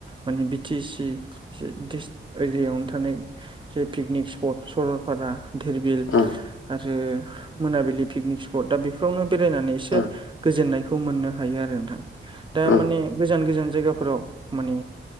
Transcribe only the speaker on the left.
ओं
ओं
ओं